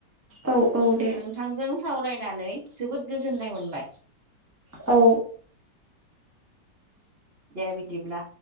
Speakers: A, on the right; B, on the right.
A: औ औ दे
B: नोंथांजों सावरायनानै जोबोद गोजोननाय मोनबाय।
A: औ
B: दे बिदिब्ला।